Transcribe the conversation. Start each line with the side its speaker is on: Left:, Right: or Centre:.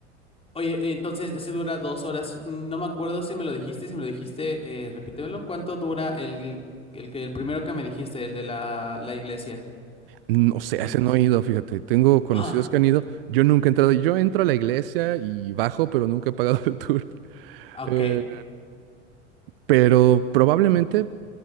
Left: Oye, entonces ese dura dos horas. No me acuerdo si me lo dijiste, si me lo dijiste, eh, repítemelo. ¿Cuánto dura el, el que el primero que me dijiste, el de la, la iglesia?
Right: No sé,
Left: El-
Right: a ese
Left: los-
Right: no he ido, fíjate. Tengo conocidos
Left: <laughs>
Right: que han ido. Yo nunca he entrado. Yo entro a la iglesia y bajo, pero nunca he pagado <laughs> el tour.
Left: Ah, ok.
Right: Eh, pero probablemente